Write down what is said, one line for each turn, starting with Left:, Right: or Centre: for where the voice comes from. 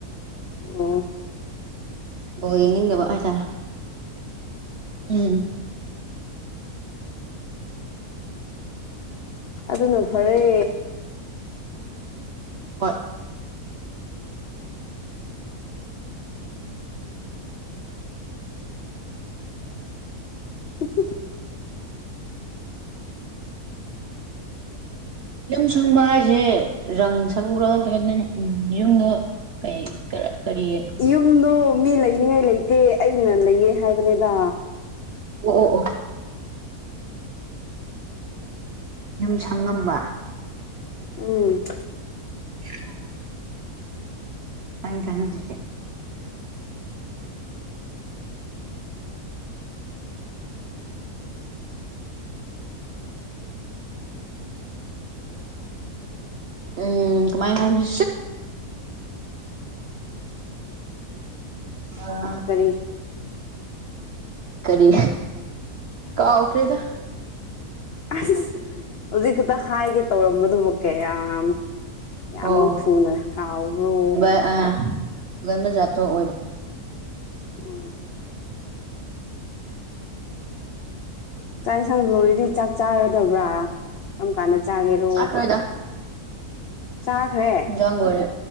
Left: ꯎꯝ
Right: ꯕꫭꯜ ꯌ‌ꯦꯡꯅꯤꯡꯗꯕꯥ ꯍꯥꯏ ꯇꯥꯔ‌ꯦ ꯎꯝ
Left: ꯑꯗꯨꯅ ꯐꯔꯦ
Right: ꯍꯣꯏ
Left: <unintelligible>
Right: ꯌꯨꯝ ꯁꯪꯕ ꯍꯥꯏꯁꯦ ꯔꯪ ꯁꯪꯕ꯭ꯔꯥ ꯅꯠꯇ꯭ꯔꯒꯅ ꯅꯪ ꯎꯝ ꯌꯨꯝꯗ ꯀꯩ ꯀꯔꯤ ꯑꯣ
Left: ꯌꯨꯝꯗꯣ ꯃꯤ ꯂꯩꯅꯤꯡꯉꯥꯏ ꯂꯩꯇꯦ ꯑꯩꯅ ꯂꯩꯌꯦ ꯍꯥꯏꯕꯅꯤꯗ
Right: ꯑꯣ ꯑꯣ ꯑꯣ ꯌꯨꯝ ꯁꯪꯉꯝꯕ
Left: ꯎꯝ
Right: <inaudible> <unintelligible> ꯎꯝ ꯀꯃꯥꯏꯅ ꯍꯥꯏꯅꯤ <unintelligible>
Left: ꯀꯔꯤ
Right: ꯀꯔꯤ ꯀꯥꯎꯈ꯭ꯔꯦꯗ
Left: ꯑꯁ ꯍꯧꯖꯤꯛ ꯈꯛꯇ ꯍꯥꯏꯒꯦ ꯇꯧꯔꯝꯕꯗꯨꯕꯨ ꯀꯌꯥꯝ ꯀꯌꯥꯝꯃꯨꯛ
Right: ꯑꯣ
Left: ꯊꯨꯅ ꯀꯥꯎꯕ꯭ꯔꯣ
Right: ꯑꯥ ꯒꯟꯕ ꯖꯥꯠꯇꯣ ꯑꯣꯏꯕ
Left: ꯎꯝ ꯆꯥꯛ ꯌꯦꯟꯁꯥꯡ ꯂꯣꯏꯔꯗꯤ ꯆꯥꯛ ꯆꯥꯔꯗꯕ꯭ꯔꯥ ꯀꯔꯝ ꯀꯥꯟꯗ ꯆꯥꯒꯦꯔꯣ
Right: ꯆꯥꯈ꯭ꯔꯣꯏꯗ
Left: ꯆꯥꯈ꯭ꯔꯦ
Right: ꯌꯦꯟꯖꯥꯡꯂꯣꯏꯔꯦ